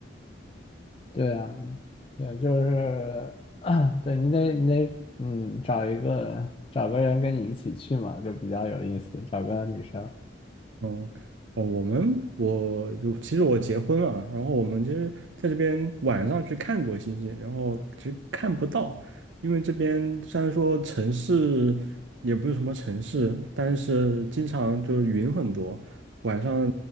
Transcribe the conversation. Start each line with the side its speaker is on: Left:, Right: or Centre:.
Left: 对啊，对，就是，<clears throat> 对你得你得，嗯，找一个找个人跟你一起去嘛，就比较有意思，找个女生。
Right: 嗯，哦，我们我就其实我结婚了，然后我们其实在这边晚上去看过星星，然后其实看不到，因为这边虽然说城市也不是什么城市，但是经常就是云很多，晚上